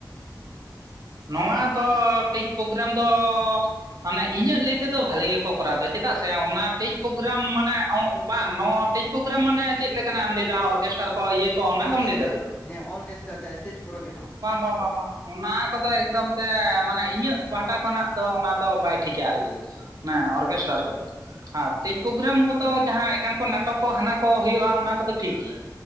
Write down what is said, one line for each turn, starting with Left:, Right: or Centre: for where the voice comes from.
Right: ᱱᱚᱣᱟ ᱫᱚ ᱴᱷᱤᱠ ᱯᱨᱳᱜᱨᱟᱢ ᱫᱚ ᱢᱟᱱᱮ ᱤᱧᱟᱹᱜ ᱞᱟᱹᱭ ᱛᱮᱫᱚ ᱵᱷᱟᱞᱮ ᱜᱮᱠᱚ ᱠᱚᱨᱟᱣ ᱮᱫᱟ ᱪᱮᱫᱟᱜ ᱥᱮ ᱚᱱᱟ ᱴᱮᱡᱽ ᱯᱨᱳᱜᱨᱟᱢ ᱢᱟᱱᱮ ᱵᱟᱝ ᱱᱚᱣᱟ ᱴᱮᱡᱽ ᱯᱨᱳᱜᱨᱟᱢ ᱢᱟᱱᱮ ᱪᱮᱫ ᱞᱮᱠᱟᱱᱟᱜ ᱮᱢ ᱞᱟᱹᱭ ᱫᱟ ᱚᱨᱠᱮᱥᱴᱟᱨ ᱠᱚ ᱤᱭᱟᱹ ᱠᱚ ᱚᱱᱟ
Left: ᱚᱞᱠᱮᱥᱴᱟᱨ
Right: ᱠᱚᱢ ᱞᱟᱹᱭ ᱫᱟ ᱥᱮ
Left: ᱦᱮᱸ ᱚᱞᱠᱮᱥᱴᱟᱨ ᱡᱟᱦᱟᱸ ᱥᱴᱮᱡᱽ ᱯᱨᱳᱜᱨᱟᱢ
Right: ᱵᱟᱝ ᱵᱟᱝ ᱵᱟᱝ ᱚᱱᱟ ᱠᱚᱫᱚ ᱮᱠᱫᱚᱢ ᱛᱮ ᱢᱟᱱᱮ ᱤᱧᱟᱹᱜ ᱯᱟᱦᱴᱟ ᱠᱷᱚᱱᱟᱜ ᱫᱚ ᱚᱱᱟ ᱫᱚ ᱵᱟᱭ ᱴᱷᱤᱠᱟ ᱟᱨᱠᱤ ᱢᱟᱱᱮ ᱚᱨᱠᱮᱥᱴᱟᱨ ᱠᱚᱫᱚ ᱟᱨ ᱛᱮᱡᱽ ᱯᱨᱳᱜᱨᱟᱢ ᱠᱚᱫᱚ ᱡᱟᱦᱟᱸ ᱮᱠᱟᱱ ᱠᱚ ᱱᱟᱴᱚᱠ ᱠᱚ ᱦᱟᱱᱟ ᱠᱚ ᱦᱩᱭᱩᱜ-ᱟ ᱚᱱᱟ ᱠᱚᱫᱚ ᱴᱷᱤᱠ ᱜᱮᱭᱟ